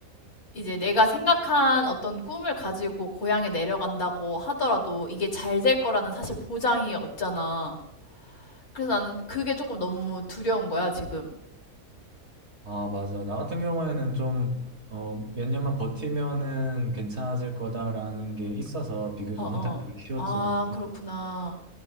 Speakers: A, on the left; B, on the right.
A: 이제 내가 생각한 어떤 꿈을 가지고 고향에 내려간다고 하더라도 이게 잘 될 거라는 사실 보장이 없잖아. 그래서 나는 그게 조금 너무 두려운 거야, 지금.
B: 아, 맞아. 나 같은 경우에는 좀, 어, 몇 년만 버티면은 괜찮아질 거다라는 게 있어서 비교적
A: 어,
B: 선택하기
A: 어.
B: 쉬웠지만,
A: 아, 그렇구나.